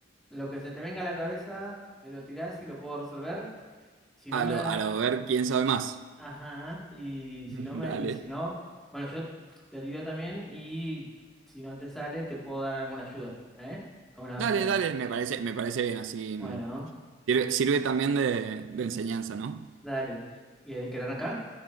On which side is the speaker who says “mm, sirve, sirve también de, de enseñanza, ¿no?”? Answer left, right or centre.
Right